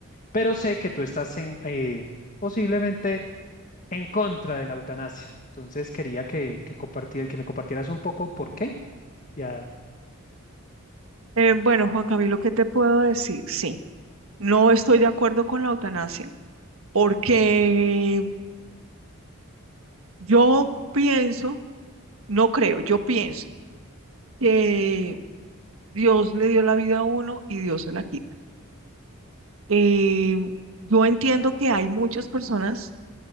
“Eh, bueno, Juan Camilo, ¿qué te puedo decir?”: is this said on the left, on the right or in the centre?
Right